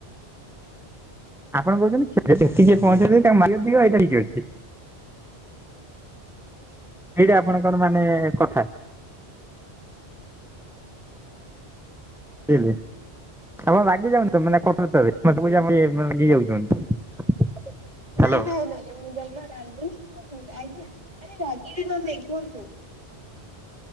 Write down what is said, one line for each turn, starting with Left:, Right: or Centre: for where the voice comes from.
Centre: ଆପଣ କହୁଛନ୍ତି୍ଷ ସେତିକି ପହଞ୍ଚେଇଛି ତା ମ ଦିଅ ଏଇଟା ହେଠି ଅଛି। ଏଇଟା ଆପଣଙ୍କର ମାନେ କଥା? ଲି ଲୀ। ଆପଣ ରାଗି ଯାଆନ୍ତୁ ମାନେ କଥାଟାରେ ମୁ ଯେମିତି ଯାଉଛନ୍ତି। ହ୍ୟାଲୋ
Right: ନାଇଁ ନାଇଁ ନାଇଁ ମୁଁ ଜମା ରାଗି ନୁହେଁ ଆଜ୍ଞା ଆରେ ରାଗି ବି କାଇ କୁହନ୍ତୁ?